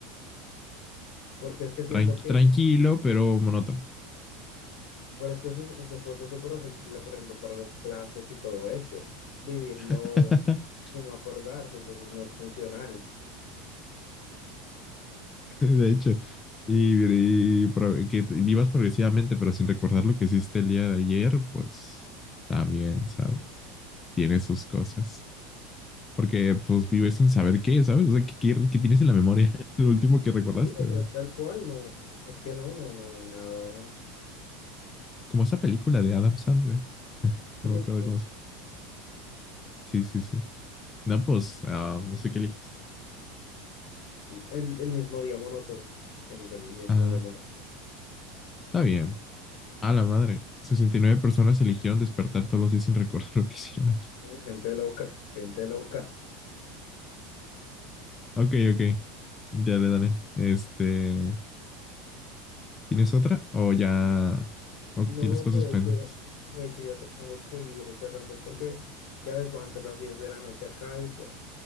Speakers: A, on the left (about 60°); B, on the left (about 25°).
A: Porque es que siento
B: Tranqui-
A: que,
B: tranquilo, pero monótono.
A: pero es que eso, eso fuese súper horrible, por ejemplo, para las clases y todo eso. Vivirlo
B: <laughs>
A: y no acordarse, entonces no es funcional.
B: De hecho. Y, y pro- que te- vivas progresivamente, pero sin recordar lo que hiciste el día de ayer, pues también, ¿sabes? tiene sus cosas. Porque pues vives sin saber qué, ¿sabes? O sea, ¿qué, qué- qué tienes en la memoria? <laughs> Lo último que recordaste.
A: sí o
B: o-
A: sea, tal cual, no, es que no, no, no hay nada.
B: Como esa película de Adam Sandler. No
A: <laughs>
B: me acuerdo cómo se... Sí, sí, sí. No, pues, ah, no sé qué eliges.
A: El, el mismo día monótono, elijo el mismo
B: Ah,
A: día monótono.
B: está bien. A la madre. sesenta y nueve personas eligieron despertar todos los días sin <laughs> recordar lo que hicieron ayer.
A: Gente loca, gente loca.
B: Ok, ok. Ya le daré. Este, ¿tienes otra? O ya... O
A: No,
B: que tienes cosas
A: de
B: pendientes.
A: hecho, de hecho ya tengo que ir cerrando porque ya ves, van a ser las 10 de la noche acá y pues,